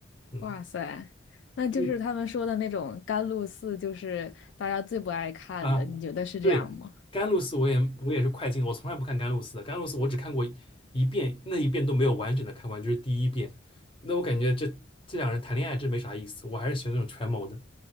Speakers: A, on the left; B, on the left.
A: 嗯。
B: 哇塞，那就是他们说的那种甘露寺，
A: 因为。
B: 就是大家最不爱看的，
A: 啊，
B: 你觉得是这样吗？
A: 对，甘露寺我也我也是快进的我从来不看甘露寺的。甘露寺我只看过一遍，那一遍都没有完整的看完，就是第一遍。那我感觉这这两人谈恋爱真没啥意思，我还是喜欢那种权谋的。